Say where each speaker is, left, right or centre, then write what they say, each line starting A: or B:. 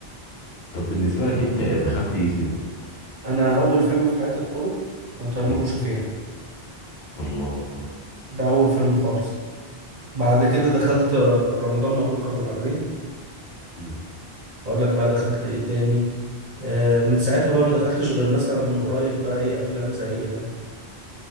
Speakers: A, on the left; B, on the right.
A: طب بالنسبة لك انت دخلت ايه سينما مثلا
B: أنا أول فيلم في حياتي أدخله كان تيمور
A: مم.
B: وشفيقة
A: الله
B: ده أول فيلم خالص بعد كده دخلت آه، رمضان مبروك ابو العالمين
A: مم.
B: اقول لك بقى دخلت ايه تاني آه، من ساعتها بقى ما دخلتش غير مثلا من قريب بقى ايه افلام زي آه،